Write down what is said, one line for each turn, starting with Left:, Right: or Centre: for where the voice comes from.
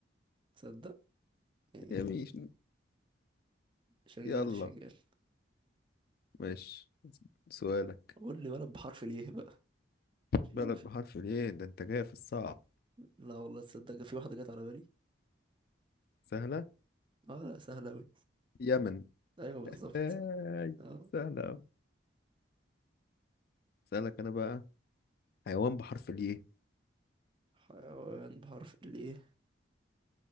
Right: تصدق يعني
Left: يميش
Right: شغال
Left: يلا
Right: شغال
Left: ماشي سؤالك
Right: قول لي بلد بحرف ليه بقى في
Left: بلد
Right: في-
Left: بحرف الايه ده انت جاي في الصعب
Right: لا والله تصدق في واحدة جت على بالي
Left: سهلة
Right: اه لا سهلة أوي
Left: يمن
Right: ايوه بالظبط
Left: اي
Right: اه
Left: سهلة أوي. سألك انا بقى حيوان بحرف الايه
Right: حيوان بحرف ليه